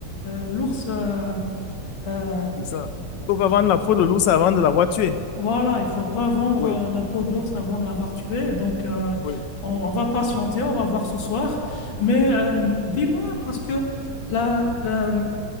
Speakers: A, on the left (about 85°); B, on the left (about 75°).
A: euh, l'ours. euh, euh,
B: C'est ça. Il faut pas vendre la peau de l'ours avant de l'avoir tué.
A: voilà, il faut pas vendre
B: Oui,
A: euh, la peau de l'ours avant de l'avoir tué. Donc, euh,
B: oui.
A: on, on va patienter, on va voir ce soir. Mais euh, dis-moi, parce que la, la-